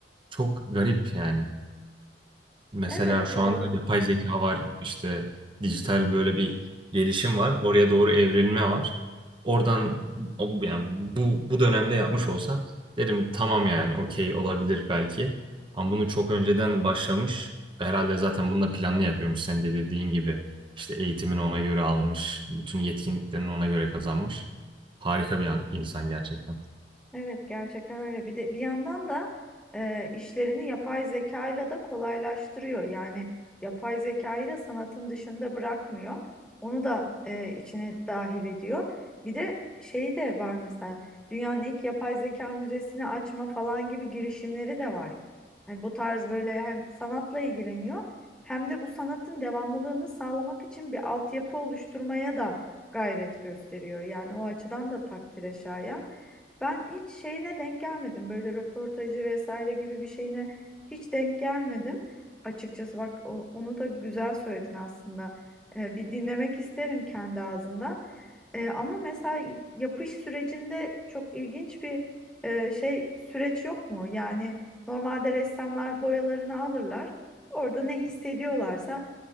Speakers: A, on the right (about 30°); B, in the centre.
A: çok garip yani. Mesela
B: Evet
A: şu
B: doğru.
A: anda yapay zeka var, işte dijital böyle bir gelişim var, oraya doğru evrilme var. Oradan o- yani bu bu dönemde yapmış olsa derim tamam yani okey olabilir belki. Ama bunu çok önceden başlamış. Herhalde zaten bunu da planlı yapıyormuş sen de dediğin gibi. İşte eğitimini ona göre almış, bütün yetkinliklerini ona göre kazanmış. Harika bir an- insan gerçekten.
B: Evet gerçekten öyle. Bir de bir yandan da e, işlerini yapay zekayla da kolaylaştırıyor. Yani yapay zekayı da sanatın dışında bırakmıyor. Onu da e, içine dahil ediyor. Bir de şey de var mesela dünyanın ilk yapay zeka müzesini açma falan gibi girişimleri de var. Hani bu tarz böyle hem sanatla ilgileniyor hem de bu sanatın devamlılığını sağlamak için bir altyapı oluşturmaya da gayret gösteriyor. Yani o açıdan da takdire şayan. Ben hiç şeyine denk gelmedim. Böyle röportajı vesaire gibi bir şeyine hiç denk gelmedim. Açıkçası bak o- onu da güzel söyledin aslında. Ee, bir dinlemek isterim kendi ağzından. Ee, ama mesela yapış sürecinde çok ilginç bir e, şey süreç yok mu? Yani normalde ressamlar boyalarını alırlar. Orada ne hissediyorlarsa